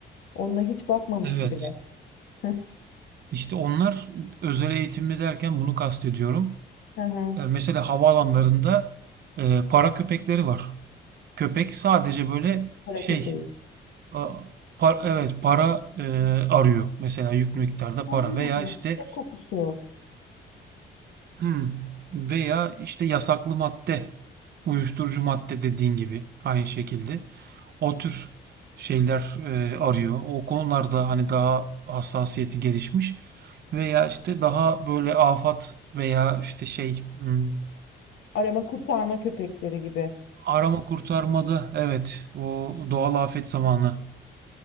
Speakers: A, on the left; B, on the right.
A: Onunla hiç bakmamıştı
B: Evet.
A: bile. <laughs>
B: İşte onlar özel eğitimli derken bunu kastediyorum.
A: Hı hı.
B: E, mesela havaalanlarında e, para köpekleri var. Köpek sadece böyle
A: Kara
B: şey
A: köpeği.
B: a- par- evet para e, arıyor. Mesela yüklü miktarda
A: Ha,
B: para veya işte
A: ya kokusu.
B: Hmm. Veya işte yasaklı madde, uyuşturucu madde dediğin gibi aynı şekilde o tür şeyler e, arıyor. O konularda hani daha hassasiyeti gelişmiş veya işte daha böyle afat veya işte şey hmm,
A: Arama kurtarma köpekleri gibi.
B: arama kurtarmada evet o doğal afet zamanı